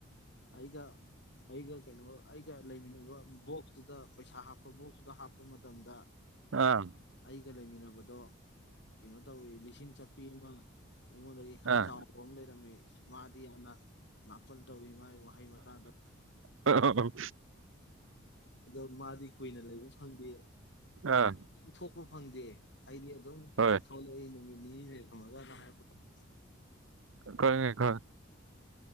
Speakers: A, on the left; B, on the right.
A: ꯑꯩꯒ ꯑꯩꯒ ꯀꯩꯅꯣ ꯑꯩꯒ ꯂꯩꯃꯤꯟꯅꯕ ꯕꯣꯛꯁꯇꯨꯗ ꯄꯩꯁꯥ ꯍꯥꯞꯄ ꯕꯣꯛꯁꯇꯨꯗ ꯍꯥꯞꯄ ꯃꯇꯝꯗ
B: ꯑꯥ
A: ꯑꯩꯒ ꯂꯩꯃꯤꯟꯅꯕꯗꯣ ꯀꯩꯅꯣ ꯇꯧꯋꯤ ꯂꯤꯁꯤꯡ ꯆꯄꯤ ꯑꯃ ꯑꯩꯉꯣꯟꯗꯒꯤ ꯈꯔ
B: ꯑꯥ
A: ꯆꯥꯎꯕ ꯑꯃ ꯂꯩꯔꯝꯃꯤ ꯃꯥꯗꯤ ꯌꯥꯝꯅ ꯅꯥꯄꯜ ꯇꯧꯋꯤ ꯃꯥꯒꯤ ꯋꯥꯍꯩ ꯋꯥꯇꯥꯗꯣ
B: ꯑ
A: ꯑꯗꯣ ꯃꯥꯗꯤ ꯀꯨꯏꯅ ꯂꯩꯕ ꯐꯪꯗꯦ
B: ꯑꯥ
A: ꯊꯣꯛꯄ ꯐꯪꯗꯦ ꯑꯩꯗꯤ ꯑꯗꯨꯝ
B: ꯍꯣꯏ
A: ꯊꯣꯛꯂꯛꯏ ꯅꯨꯃꯤꯠ ꯅꯤꯅꯤ ꯂꯩꯔꯝꯃꯒꯅ ꯍꯥꯏꯔꯛꯄꯗ
B: ꯀꯣꯏꯅꯦ ꯀ